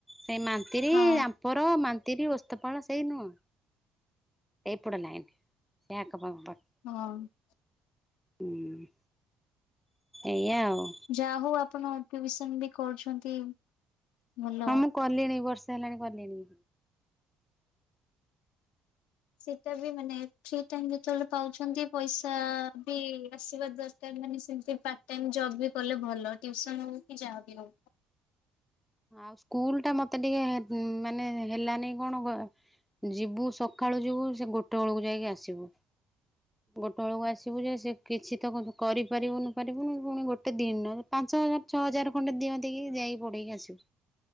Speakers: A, in the centre; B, on the left (about 75°).
A: ସେଇ ମାଣିତିରି
B: ହଁ
A: ଆ ପର ମାନ୍ତିର ଓସ୍ତପାଳ ସେଇ ନୁହଁ। ଏଇପଟ ଲାଇନ୍। ସେଇ ଆଖ ପାଖ ପା
B: <unintelligible>
A: ହୁଁ। ଏଇଆ ଆଉ।
B: ଯା ହଉ ଆପଣ ଟ୍ୟୁସନ ବି କରୁଛନ୍ତି। ଭଲ।
A: ହଁ ମୁଁ କଲିଣି ବର୍ଷ ହେଲାଣି କଲିଣି।
B: ସେଇଟା ବି ମାନେ ଫ୍ରି ଟାଇମ୍ ଯେତେବେଳେ ପାଉଛନ୍ତି ପଇସା ବି ଆସିବା ଦର କାର୍ ମାନେ ସେମତି ପାର୍ଟ ଟାଇମ ଜବ୍ ବି କଲେ ଭଲ। ଟ୍ୟୁସନ ହଉ କି ଯାହା ବି ହଉ।
A: ଆଉ ସ୍କୁଲ ଟା ମତେ ଟିକେ ମାନେ ହେଲାନି କଣ ଯିବୁ ସଖାଳୁ ଯିବୁ ସେ ଗୋଟେ ବେଳକୁ ଯାଇକି ଆସିବୁ।
B: <inaudible>
A: ଗୋଟେ ବେଳକୁ ଆସିବୁ ଯେ, ସେ କିଛି ତ କରିପାରିବୁନୁ ପାରିବୁନୁ ପୁଣି ଗୋଟେ ଦିନରେ ପାଞ୍ଚ ହଜାର ଛଅ ହଜାର ଖଣ୍ଡେ ଦିଅନ୍ତେକି ଯାଇକି ପଢେଇକି ଆସିବୁ।